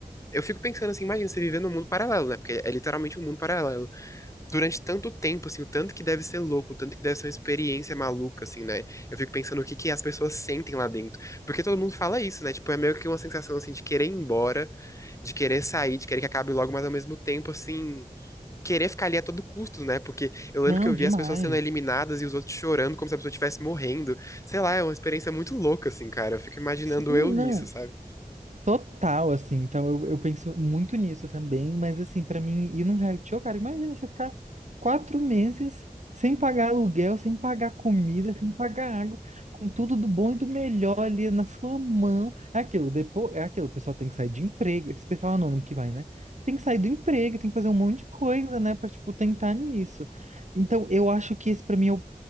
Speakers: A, on the left; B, on the right.
A: Eu fico pensando assim, imagina você viver num mundo paralelo, né? Porque é literalmente um mundo paralelo durante tanto tempo, assim, o tanto que deve ser louco, o tanto que deve ser uma experiência maluca, assim, né? Eu fico pensando o que que as pessoas sentem lá dentro. Porque todo mundo fala isso, né? Tipo, é meio que uma sensação, assim, de querer ir embora, de querer sair, de querer que acabe logo, mas ao mesmo tempo, assim, querer ficar ali a todo custo, né? Porque eu lembro
B: Não,
A: que eu
B: demais.
A: vi as pessoas sendo eliminadas e os outros chorando como se a pessoa estivesse morrendo. Sei lá, é uma experiência muito louca, assim, cara. Eu fico imaginando
B: Sim,
A: eu
B: não.
A: nisso, sabe?
B: Total, assim, então eu, eu penso muito nisso também, mas assim, pra mim, ir num reality show, cara, imagina você ficar quatro meses sem pagar aluguel, sem pagar comida, sem pagar água, com tudo do bom e do melhor ali na sua mão. É aquilo, depois, é aquilo, o pessoal tem que sair de emprego, esse pessoal anônimo que vai, né? Tem que sair do emprego, tem que fazer um monte de coisa, né, pra, tipo, tentar nisso. Então, eu acho que esse pra mim é o